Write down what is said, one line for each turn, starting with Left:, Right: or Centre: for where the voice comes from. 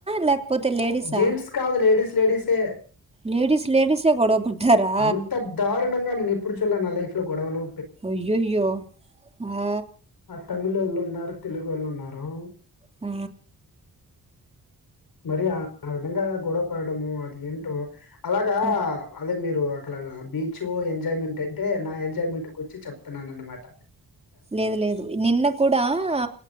Right: లేకపోతే లేడీసా?
Left: జీన్స్ కాదులే కాదు లేడీస్ లేడీస్ే
Right: లేడీస్ లేడీసే గొడవ పడ్డారా?
Left: అంత దారుణంగా నేను ఎప్పుడు చూళ్ల నా లైఫ్ గోడవాలు
Right: అయ్యాయో ఆ
Left: తమిళ వాళ్ళు ఉన్నారు తెలుగు వాళ్ళు ఉన్నారు
Right: ఆ
Left: మరి ఆ ఆ విధంగా గొడవ పడడము అది ఏంటో అలాగా
Right: క
Left: అదే మీరు అక్కలా బీచ్ ఎంజాయ్మెంట్ అంటే నా ఎంజాయ్మెంట్ గు వచ్చి చెప్తున్నాను అన్నమాట
Right: లేదు లేదు నిన్న కూడా ఆ